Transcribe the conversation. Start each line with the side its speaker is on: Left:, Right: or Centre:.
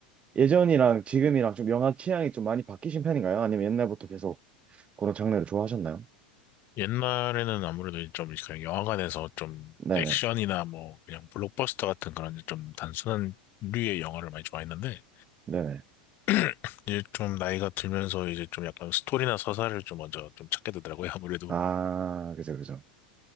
Right: 예전이랑 지금이랑 좀 영화 취향이 좀 많이 바뀌신 편인가요? 아니면 옛날부터 계속 그런 장르를 좋아하셨나요?
Left: 옛날에는 아무래도 좀 그냥 영화관에서 좀
Right: 네네.
Left: 액션이나 뭐 그냥 블록버스터 같은 그런 좀 단순한 류의 영화를 많이 좋아했는데
Right: 네네.
Left: <clears throat> 이제 좀 나이가 들면서 이제 좀 약간 스토리나 서사를 좀 먼저 좀 찾게 되더라고요. 아무래도.
Right: 아, 그죠, 그죠.